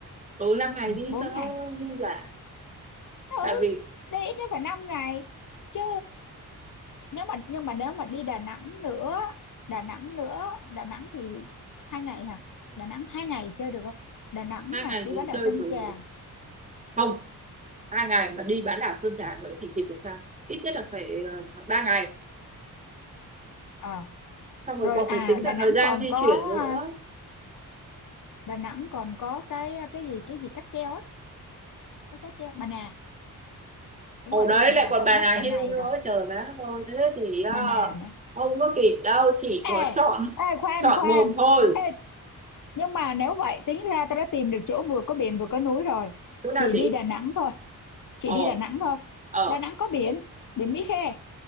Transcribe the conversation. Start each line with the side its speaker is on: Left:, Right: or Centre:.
Right: ừ năm ngày đi
Left: bốn
Right: cho nó
Left: ngày
Right: dư dả
Left: ừ
Right: tại vì
Left: đi ít nhất phải 5 ngày chứ nhưng mà nhưng mà nếu mà đi Đà Nẵng nữa Đà Nẵng nữa Đà Nẵng thì hai ngày hả Đà Nẵng hai ngày chơi được không Đà Nẵng
Right: hai
Left: nè
Right: ngày
Left: đi
Right: rồi
Left: bán đảo
Right: chơi
Left: Sơn
Right: buổi
Left: Trà
Right: không hai ngày mà đi bán đảo Sơn Trà nữa thì kịp được sao ít nhất là phải ờ, ba ngày
Left: à,
Right: xong rồi
Left: rồi
Right: còn
Left: à
Right: phải tính
Left: Đà
Right: cả
Left: Nẵng
Right: thời gian
Left: còn
Right: di
Left: có
Right: chuyển nữa
Left: à, Đà Nẵng còn có cái cái gì cái gì cáp treo á cái cáp treo Bà Nà đúng
Right: ồ
Left: rồi
Right: đấy
Left: đi Bà Nà
Right: lại còn
Left: không
Right: bà
Left: mất
Right: nào
Left: cả ngày
Right: hưu nữa
Left: rồi
Right: trời má ơi thế thì à,
Left: Bà Nà nữa
Right: không có kịp đâu chỉ
Left: ê
Right: có chọn
Left: ê khoan
Right: chọn
Left: khoan
Right: một thôi
Left: ê nhưng mà nếu vậy tính ra tao đã tìm được chỗ vừa có biển vừa có núi rồi
Right: chỗ nào
Left: chỉ
Right: chị
Left: đi Đà Nẵng thôi chỉ
Right: ờ
Left: đi Đà Nẵng thôi
Right: ờ
Left: Đà Nẵng có biển biển Mỹ Khê